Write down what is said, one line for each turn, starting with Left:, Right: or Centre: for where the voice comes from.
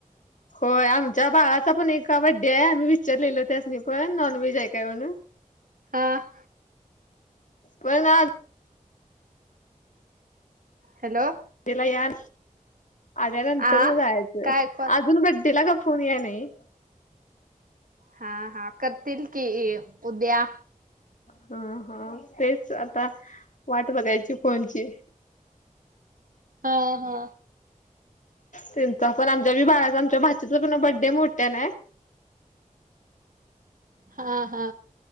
Left: होय आमच्या बाळाचा पण एक बड्डे आहे आम्ही विचारलेलो त्याचनी पण नॉन व्हेज आहे काय म्हणून
Right: हां
Left: पण आज
Right: हॅलो.
Left: तिला या आल्यानंतर
Right: आ
Left: मग जायचं,
Right: काय कॉल?
Left: अजून बड्डेला का फोन या नाही.
Right: हा, हा करतील की उद्या
Left: ह.. हा.. तेच आता वाट बघायची फोनची
Right: हा हा.
Left: त्यांचा पण आमच्याी बाळाच आमच्या भाचीचा पण बर्डे हाय मोठ्या हाय.
Right: हा हा.